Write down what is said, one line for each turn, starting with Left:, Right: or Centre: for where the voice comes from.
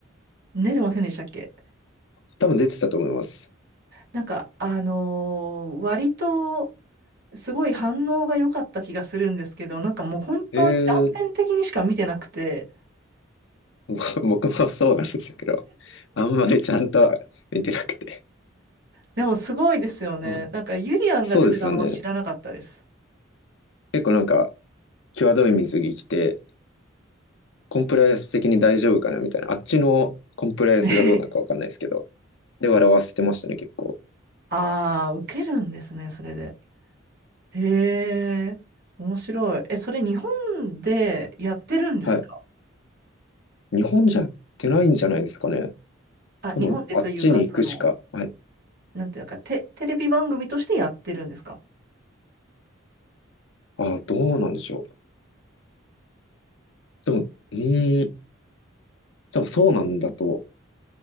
Right: 出てませんでしたっけ
Left: 多分出てたと思います。
Right: なんか、あのー割と、すごい反応が良かった気がするんですけど、なんかもう本当に断片的にしか見てなくて、
Left: ええ <laughs> 僕もそうなんですけど、あんまりちゃんとは見てなくて。
Right: でもすごいですよね。
Left: はい、
Right: なんかユリアンが出てたのは知らなかったです。
Left: そうですよね。結構なんか、際どい水着着て、コンプライアンス的に大丈夫かなみたいな。あっちのコンプライアンスがどうなのかわかんないですけど。
Right: ね。<laughs>
Left: で、笑わせてましたね、結構。
Right: ああ、受けるんですね、それで。へえ、面白い。え、それ日本でやってるんですか
Left: はい。日本じゃやってないんじゃないですかね。
Right: あ、
Left: 多分、
Right: 日本でというか、
Left: あっちに行くしか。
Right: その、
Left: はい。
Right: なんていうのか、テ、テレビ番組としてやってるんですか
Left: ああ、どうなんでしょう。でも、うーん、多分そうなんだと